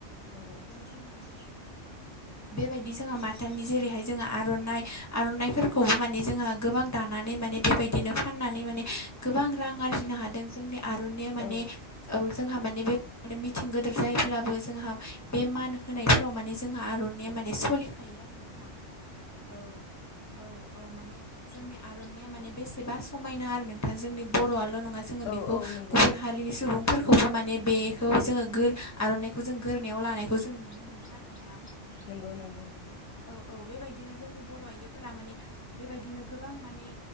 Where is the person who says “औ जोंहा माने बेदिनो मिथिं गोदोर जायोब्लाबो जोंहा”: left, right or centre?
Left